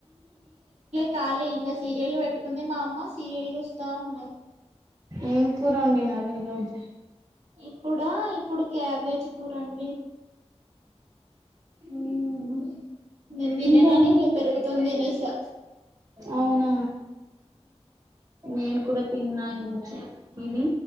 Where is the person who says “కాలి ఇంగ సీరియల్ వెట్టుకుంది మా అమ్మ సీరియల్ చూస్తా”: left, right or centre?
Right